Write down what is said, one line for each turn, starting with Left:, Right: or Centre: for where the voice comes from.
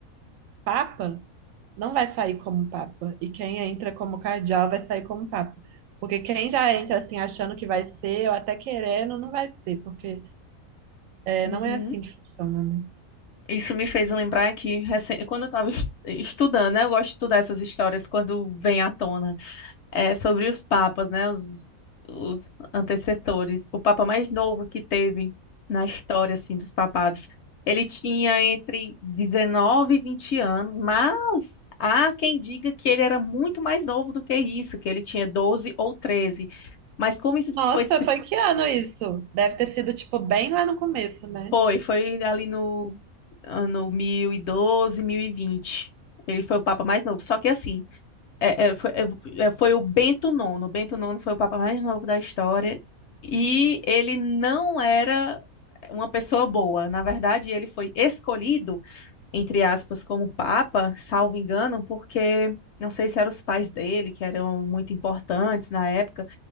Right: Papa, não vai sair como Papa. E quem entra como cardeal vai sair como Papa. Porque quem já entra assim achando que vai ser, ou até querendo, não vai ser, porque é,
Left: uhum.
Right: não é assim que funciona, né?
Left: Isso me fez lembrar que recen- quando eu estava estudando, né? Eu gosto de estudar essas histórias quando vem à tona. é, sobre os papas, né? Os, os antecessores. O papa mais novo que teve na história, assim, dos papados. Ele tinha entre 19 e 20 anos, mas há quem diga que ele era muito mais novo do que isso, que ele tinha 12 ou 13. Mas como isso
Right: Nossa,
Left: foi, se
Right: foi que ano isso? Deve ter sido, tipo, bem lá no começo, né?
Left: foi, foi ali no ano 1012, 1020. Ele foi o papa mais novo. Só que assim, É, é, foi, é, é, foi o Bento Nono. O Bento Nono foi o papa mais novo da história. E ele não era uma pessoa boa. Na verdade, ele foi escolhido, entre aspas, como papa, salvo engano, porque não sei se eram os pais dele, que eram muito importantes na época,